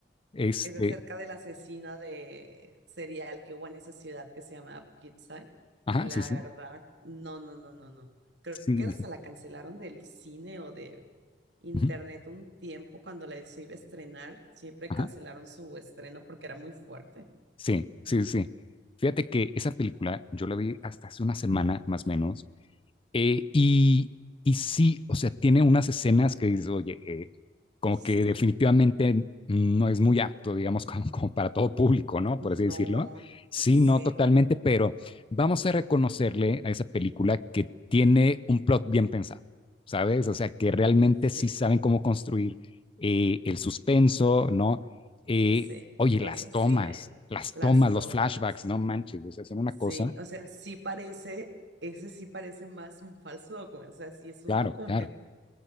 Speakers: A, on the left; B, on the right.
A: este,
B: Es acerca del asesino de serial que hubo en esa ciudad que se llama Poughkeepsie.
A: ajá,
B: Y la
A: sí, sí,
B: verdad, no, no, no, no, no. Creo
A: sí,
B: que hasta
A: sí, sí,
B: la cancelaron del cine o de internet
A: ujú,
B: un tiempo cuando la se iba a estrenar. Siempre
A: ajá.
B: cancelaron su estreno porque era muy fuerte.
A: Sí, sí, sí. Fíjate que esa película yo la vi hasta hace una semana más o menos eh, y, y sí, o sea, tiene unas escenas que dices, oye, eh, como
B: Sí,
A: que definitivamente no es muy apto, digamos, <laughs> como, como, para todo público, ¿no?
B: no,
A: Por así decirlo.
B: no,
A: Sí,
B: no, cero.
A: no totalmente, pero vamos a reconocerle a esa película que tiene un plot bien pensado, ¿sabes? O sea, que realmente
B: Sí,
A: sí saben cómo construir eh, el suspenso, ¿no? Eh,
B: sí,
A: oye,
B: eso
A: las tomas,
B: sí, ¿eh?
A: las
B: Las
A: tomas,
B: tomas.
A: los flashbacks, no manches, o sea, son una
B: Sí,
A: cosa,
B: o sea, sí parece, ese sí parece más un falso documento. O sea, sí es
A: claro,
B: un documental.
A: claro.